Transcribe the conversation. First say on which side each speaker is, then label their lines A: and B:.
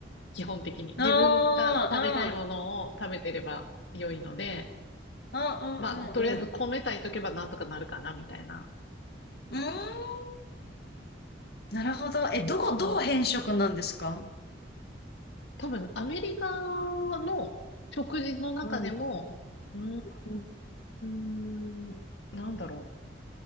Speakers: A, on the left; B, on the left.
A: 基本的に。
B: ああ、
A: 自分が食べたいものを食べてれば良いので、
B: うんうんうんうん。
A: まあ、とりあえず米炊いとけばなんとかなるかな、みたいな。
B: うーん。なるほど。え、どこ、
A: そう。
B: どう変色なんですか
A: 多分、アメリカの食事の中でも、
B: うん。
A: うー
B: うん。
A: ん、なんだろ